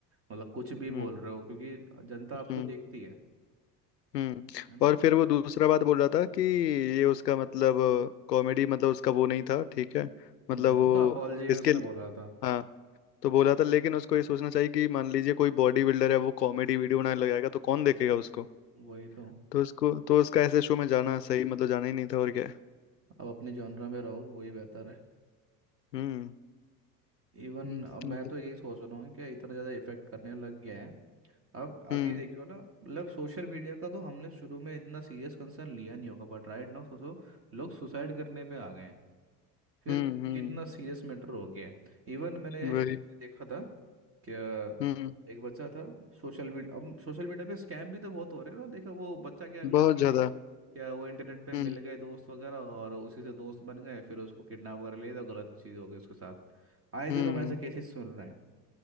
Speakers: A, on the right; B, on the left.
A: मतलब कुछ भी
B: हम्म
A: बोल रहे हो क्योंकि जनता
B: हम्म
A: आपको देखती है
B: हम्म, हम्म।
A: है ना
B: और फिर वो दूसरा बात बोल रहा था कि ये उसका मतलब कॉमेडी मतलब उसका वो नहीं था ठीक है
A: हम्म,
B: मतलब
A: वो
B: वो
A: तो अपॉलजी में
B: इसके
A: उसने बोला था
B: हाँ तो बोला था लेकिन उसको ये सोचना चाहिए कि मान लीजिए कोई बॉडी बिल्डर है वो कॉमेडी वीडियो बनाने लगाएगा तो कौन देखेगा उसको
A: वही तो
B: तो उसको तो उसका ऐसे शो में जाना सही मतलब जाना ही नहीं था और क्या है
A: अब अपने जॉनरा में रहो वही बेहतर है
B: हम्म
A: इवन
B: हम्म
A: अब मैं
B: मतलब-
A: तो यही सोच रहा हूँ कि इतना ज़्यादा इफेक्ट करने लग गया है अब अब
B: हम्म
A: ये देखियो ना मतलब सोशल मीडिया का तो हमने शुरू में इतना सीरियस कंसर्न लिया नहीं होगा बट राइट नाउ सोचो लोग सुसाइड करने पे आ गए हैं फिर
B: हम्म हम्म,
A: कितना सीरियस मैटर हो गया है इवन मैंने
B: वही
A: वो भी देखा था क्या
B: हम्म
A: एक बच्चा था सोशल मीडिया अब सोशल मीडिया पे स्कैम भी तो बहुत हो रहे हैं ना देखा वो बच्चा क्या लड़की
B: बहुत ज्यादा
A: थी क्या वो इंटरनेट पे मिल
B: हम्म
A: गए दोस्त वगैरह और उसी से दोस्त बन गए फिर उसको किडनैप वगैरह ले था गलत चीज़ हो गई उसके साथ आए दिनों
B: हम्म
A: हम ऐसे केसेस सुन रहे हैं